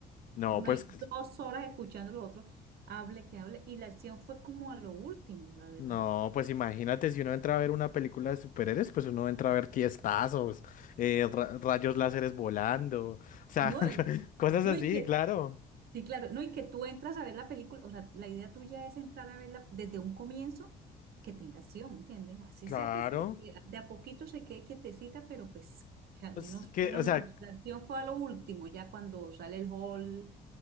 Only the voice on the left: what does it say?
no,
pues.
No, pues imagínate, si uno entra a ver una película de superhéroes, pues uno entra a ver tiestazos, eh, ra- rayos láseres volando, o sea,
<laughs>
cosas
así,
claro,
claro.
Pues
que,
o sea,